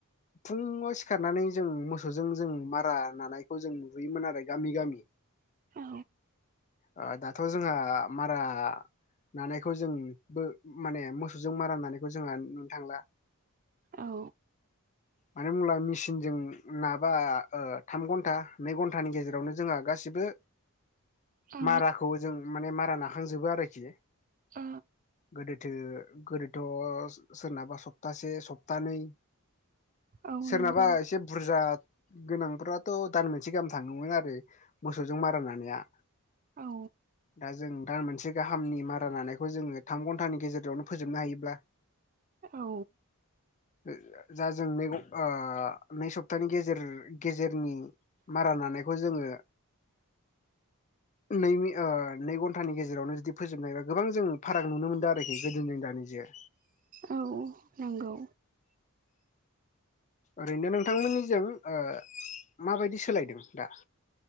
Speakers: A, on the left; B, on the right.
A: फुङाव सिखारनानै जों मोसौजों जों मारा नानायखौ जों नुबोयोमोन आरो। गामि गामि
B: औ
A: ओ दाथ' जोंहा मारा नानायखौ जोंबो माने मोसौजों मारा नानायखौ जोंहा नुनो थांला।
B: औ।
A: मानो होमब्ला मेसिनजों नाबा ओ थाम घन्टा नै घन्टानि गेजेर जोंहा गासिबो
B: औ
A: माराखौ जों माने मारा नाखांजोबो आरोखि।
B: अ।
A: गोदोथो गोदोथ' सोरनाबा सप्तासे सप्तानै
B: औ
A: सोरनाबा
B: नंगौ
A: एसे बुरजा गोनांफ्राथ' दान मोनसे गाहाम थाङोमोन आ रो मोसौजों मारा नानाया।
B: औ।
A: दा जों दा मोनसे गाहामनि मारा लानायखौ जोङो थाम घन्टानि गेजेरावनो फोजोबनो हायोब्ला
B: औ
A: <unintelligible> जों नै आ नै सप्तानि गेजे गेजेरनि मारा नानाय खौ जोङो नैनि ओ नै घन्टानि गेजेरावनो जुदि फोजोबनो हायोबा गोबां जों फाराग नुनो मोनदों आरोखि गोदोनिजों दानिजों।
B: औ ओ नंगौ।
A: ओरैनो नोंथांमोननिजों ओ माबायदि सोलायदों दा?